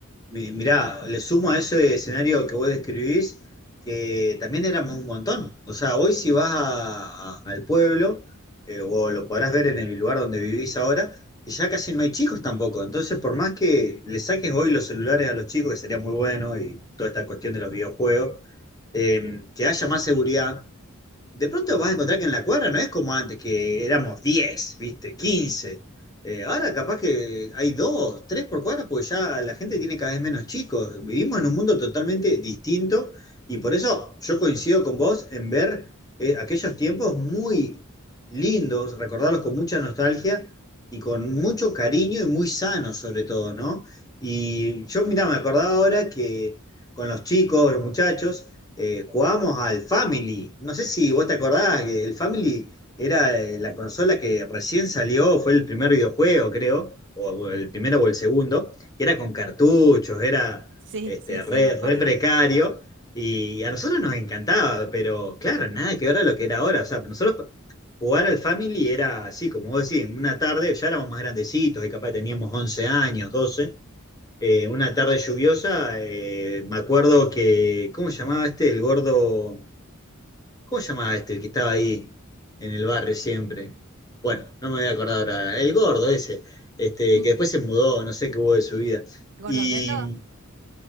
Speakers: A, on the left; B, on the right.
A: Mi- Mirá, le sumo a ese escenario que vos describís, que también éramos un montón. O sea, hoy si vas a- a- al pueblo, eh, o lo podrás ver en el lugar donde vivís ahora, ya casi no hay chicos tampoco. Entonces, por más que le saques hoy los celulares a los chicos, que sería muy bueno, y toda esta cuestión de los videojuegos, eh, que haya más seguridad, de pronto vas a encontrar que en la cuadra no es como antes, que éramos 10, ¿viste? quince. Eh, ahora capaz que hay dos, tres por cuadra, porque ya la gente tiene cada vez menos chicos. Vivimos en un mundo totalmente distinto y por eso yo coincido con vos en ver eh, aquellos tiempos muy lindos, recordarlos con mucha nostalgia y con mucho cariño y muy sanos sobre todo, ¿no? Y yo, mira, me acordaba ahora que con los chicos, los muchachos, eh, jugábamos al Family. No sé si vos te acordás que el Family era eh, la consola que recién salió, fue el primer videojuego, creo, o o el primero o el segundo, que era con cartuchos, era
B: Sí,
A: este,
B: sí, sí,
A: re,
B: me acuerdo.
A: re precario. Y a nosotros nos encantaba, pero claro, nada que ver a lo que era ahora. O sea, nosotros jugar al Family era así, como vos decís, en una tarde ya éramos más grandecitos y capaz teníamos 11 años, 12 eh, una tarde lluviosa, eh, me acuerdo que, ¿cómo se llamaba este? El gordo, ¿cómo se llamaba este? El que estaba ahí en el barrio siempre. Bueno, no me voy a acordar ahora. El gordo ese, este,
B: Ujú.
A: que después se mudó, no sé qué hubo de su vida.
B: ¿Gordo
A: Y
B: Briendo?